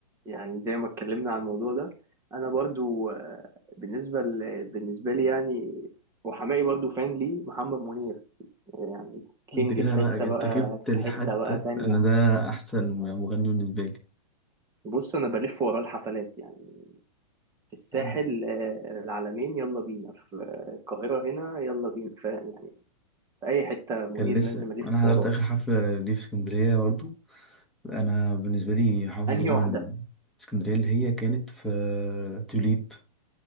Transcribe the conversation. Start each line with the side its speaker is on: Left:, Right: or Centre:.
Right: يعني زي ما اتكلمنا عن الموضوع ده انا برضو آه بالنسبه ل... بالنسبه لي يعني وحماقي برضو فان ليه محمد منير يعني كينج
Centre: انت كده
Right: في حته
Centre: بقى انت
Right: بقى
Centre: جبت
Right: في
Centre: الحتة
Right: حته بقى تانية
Centre: أنا ده أحسن مغني بالنسبة لي
Right: بص انا بلف وراه الحفلات يعني في الساحل
Centre: أنا
Right: آه العلمين يلا بينا في آه، القاهره هنا يلا بينا ف... يعني في اي حته منير
Centre: كان لسه
Right: لازم الف
Centre: أنا حضرت
Right: وراه
Centre: آخر حفلة ليه في اسكندرية برضو انا بالنسبه لي حوضي
Right: انهي
Centre: ده
Right: واحده
Centre: من اسكندريه اللي هي كانت في توليب